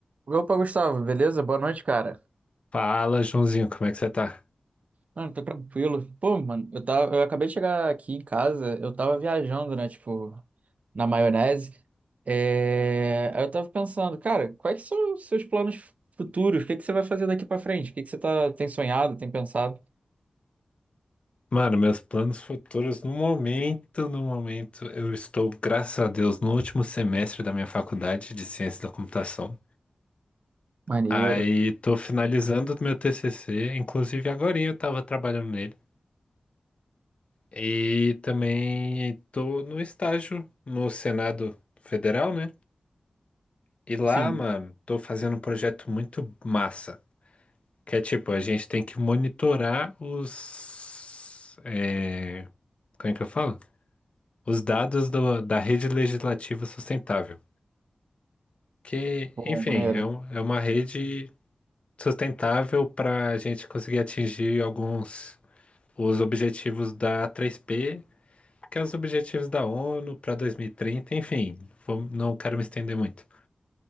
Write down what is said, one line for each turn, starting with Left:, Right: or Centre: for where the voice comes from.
Right: Opa, Gustavo, beleza? Boa noite, cara.
Left: Fala, Joãozinho, como é que você tá?
Right: Mano, tô tranquilo. Pô, mano, eu tava, eu acabei de chegar aqui em casa, eu tava viajando, né, tipo, na maionese. É... Aí eu tava pensando, cara, quais que são os seus planos futuros? O que que você vai fazer daqui pra frente? O que que você tá, tem sonhado, tem pensado?
Left: Mano, meus planos futuros no momento, no momento, eu estou, graças a Deus, no último semestre da minha faculdade de Ciência da Computação.
Right: Maneiro.
Left: Aí tô finalizando o meu TCC, inclusive agorinha eu tava trabalhando nele. E também tô no estágio no Senado Federal, né? E lá,
Right: Sim.
Left: mano, tô fazendo um projeto muito massa, que é tipo, a gente tem que monitorar os... é, Como é que eu falo? os dados do- da Rede Legislativa Sustentável, que,
Right: Pô,
Left: enfim,
Right: maneiro.
Left: é, um- é uma rede sustentável para a gente conseguir atingir alguns os objetivos da 3P, que é os objetivos da ONU para 2030, enfim, vamo- não quero me estender muito.